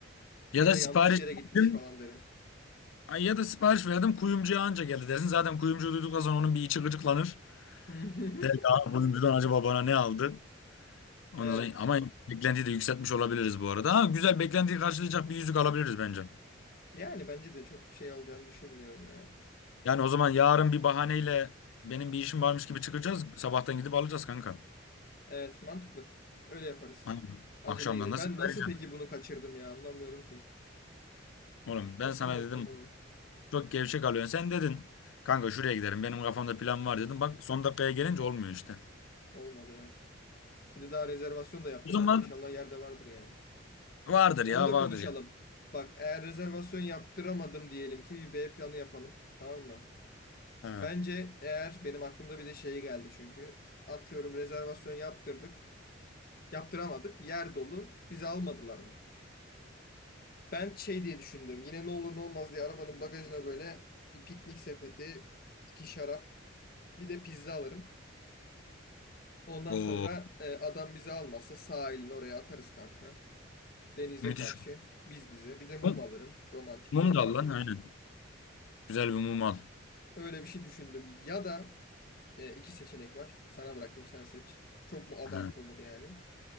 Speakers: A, on the left; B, on the left.
A: Ya
B: ya
A: da
B: da
A: sipariş
B: yanlış yere gitmiş
A: verdim.
B: falan derim.
A: ay Ya da sipariş verdim kuyumcuya anca geldi dersin. Zaten kuyumcu duyduktan sonra onun bir içi gıcıklanır.
B: <laughs>
A: De, ya, Oyuncudan acaba bana ne aldı Onu
B: Evet.
A: da- ama beklentiyi de yükseltmiş olabiliriz bu arada. Ha, güzel beklentiyi karşılayacak bir yüzük alabiliriz bence.
B: Yani bence de çok şey olacağını düşünmüyorum ya.
A: Yani o zaman yarın bir bahaneyle benim bir işim varmış gibi çıkacağız. Sabahtan gidip alacağız kanka.
B: Evet, mantıklı. Öyle yaparız.
A: Aynen.
B: Acele
A: Akşamdan
B: gelir.
A: da
B: Ben
A: sana
B: nasıl
A: vereceğim.
B: peki bunu kaçırdım ya? Anlamıyorum ki.
A: Oğlum ben
B: Nasıl
A: sana
B: unuttum
A: dedim
B: onu?
A: çok gevşek alıyorsun. Sen dedin kanka şuraya giderim benim kafamda plan var dedim. Bak son dakikaya gelince olmuyor işte.
B: Olmadı evet. Bir de daha rezervasyon da yaptırmadım.
A: O zaman
B: İnşallah yerde vardır yani.
A: vardır
B: Onu
A: ya
B: da
A: vardır
B: konuşalım.
A: ya.
B: Bak eğer rezervasyon yaptıramadım diyelim ki bir B planı yapalım. Tamam mı?
A: Ha.
B: Bence eğer benim aklımda bir de şey geldi çünkü. Atıyorum rezervasyon yaptırdık. Yaptıramadık. Yer dolu. Bizi almadılar mı? Ben şey diye düşündüm. Yine ne olur ne olmaz diye arabanın bagajına böyle bir piknik sepeti, iki şarap, bir de pizza alırım. Ondan
A: Oo,
B: sonra e, adam bizi almazsa sahilin oraya atarız kanka. Denize
A: müthiş.
B: karşı biz bize. Bir de mum
A: Mum,
B: alırım. Romantik
A: mum
B: bir ortam
A: da al lan
B: olur.
A: aynen. Güzel bir mum al.
B: Öyle bir şey düşündüm. Ya da e, iki seçenek var. Sana bırakayım sen seç. Çok mu abartı
A: Ha.
B: olur yani?